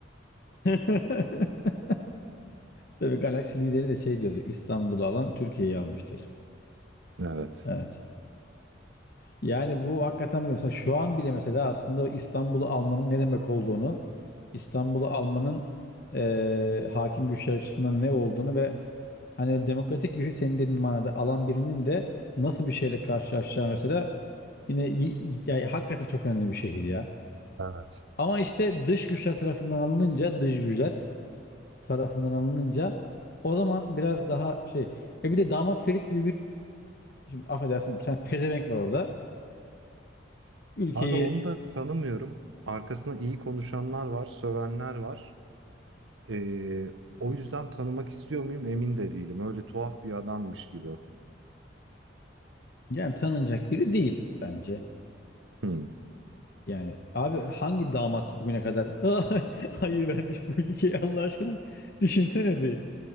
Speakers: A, on the left; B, on the right.
A: <laughs> Tabii Galaxy lideri de şey diyordu. İstanbul'u alan Türkiye'yi almıştır.
B: Evet.
A: Evet. Yani bu hakikaten bir mesela şu an bile mesela aslında o İstanbul'u almanın ne demek olduğunu, İstanbul'u almanın eee, hakim güçler açısından ne olduğunu ve hani demokratik gücü senin dediğin manada alan birinin de nasıl bir şeyle karşılaşacağı mesela yine y- ya hakikaten çok önemli bir şehir ya.
B: Evet.
A: Ama işte dış güçler tarafından alınınca dış güçler tarafından alınınca o zaman biraz daha şey. E bir de damat Ferit gibi bir şimdi affedersin sen pezevenk var orada. Ülkeyi
B: Abi onu da tanımıyorum. Arkasına iyi konuşanlar var, sövenler var. Eee, o yüzden tanımak istiyor muyum, emin de değilim. Öyle tuhaf bir adammış gibi.
A: yani tanınacak biri değil bence.
B: Hımm.
A: Yani abi hangi damat bugüne kadar <laughs> hayır vermiş bu ülkeye Allah aşkına düşünsene bir.